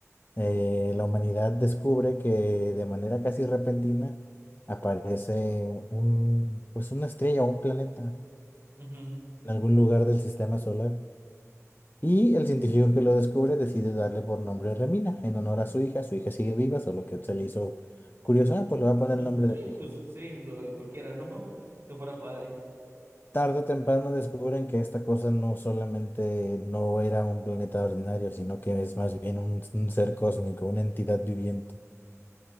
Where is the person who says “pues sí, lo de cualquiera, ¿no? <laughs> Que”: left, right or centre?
Right